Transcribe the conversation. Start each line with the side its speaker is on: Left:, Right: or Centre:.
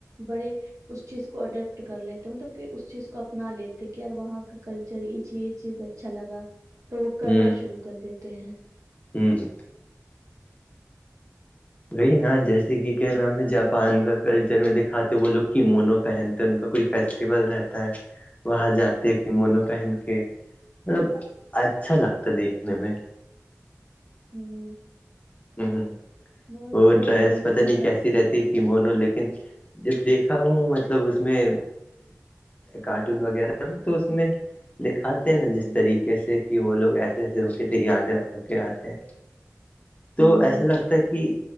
Right: بڑے اس چیز کو اڈیپٹ کر لیتے مطلب کہ اس چیز کو اپنا لیتے کہ یار وہاں کا کلچر یہ چیز یہ چیز اچھا لگا تو وہ کرنا
Left: ہوں
Right: شروع کر دیتے ہیں
Left: ہوں ہ <unintelligible> وہی نا جیسے کہ کیا نام ہے جاپان کا کلچر میں دکھاتے وہ لوگ کیمونو پہنتے ان کا کچھ فیسٹیول رہتا ہے وہاں جاتے ہیں کہ
Right: ہوں
Left: مونو پہن کے مطلب اچھا لگتا دیکھنے میں
Right: ہوں <unintelligible>
Left: ہ
Right: بہت
Left: وہ
Right: سارا
Left: ڈرس
Right: چیز
Left: پت
Right: مطلب
Left: نہیں کیسی رہتی کہ مونو لیکن <unintelligible> جب دیکھا ہوں مطلب اس میں کارٹون وغیرہ تو اس میں دکھات نا
Right: ہ
Left: جس طریقے سے کہ وہ لوگ ایسے ایسے ہو کے تیار ہو کے آتے ہیں تو
Right: ہ
Left: ایسا لگتا ہے کہ